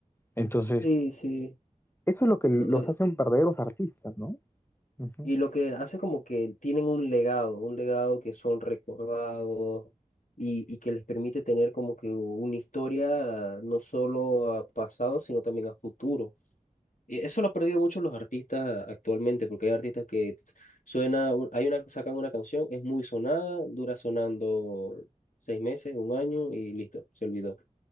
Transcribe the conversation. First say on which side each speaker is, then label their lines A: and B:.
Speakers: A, on the left (about 15°); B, on the left (about 70°).
A: Entonces,
B: sí, sí.
A: eso es lo que los
B: No, eh,
A: hacen verdaderos artistas, ¿no? Ujú.
B: y lo que hace como que tienen un legado, un legado que son recordados y, y que les permite tener como que una historia ah, no solo a pasado, sino también a futuro. Y Eso lo ha perdido mucho los artistas actualmente, porque hay artistas que suena, un- hay una, sacan una canción, es muy sonada, dura sonando seis meses, un año y listo, se olvidó.